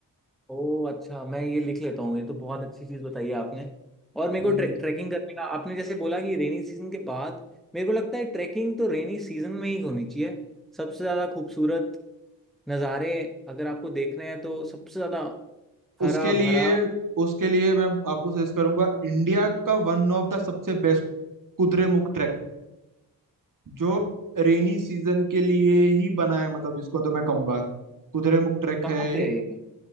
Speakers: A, in the centre; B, on the right.
A: ओ अच्छा मैं ये लिख लेता हूँ ये तो बहुत अच्छी चीज बताई है आपने और मेरे
B: हम्म
A: को ट्रे, ट्रैकिंग करने का आपने जैसे बोला कि रेनी सीजन के बाद मेरे को लगता है ट्रैकिंग तो रेनी सीजन में ही होनी चाहिए सबसे ज्यादा खूबसूरत नज़ारे अगर आपको देखने हैं तो सबसे ज्यादा हरा
B: उसके लिए
A: भरा
B: उसके लिए मैं आपको सजेस्ट करूंगा इंडिया का वन ऑफ द सबसे बेस्ट कुद्रेमुख ट्रैक जो रेनी सीजन के लिए ही बना है मतलब जिसको तो मैं कहूंगा कुद्रेमुख ट्रैक
A: कहाँ
B: है
A: पे
B: एक
A: है ये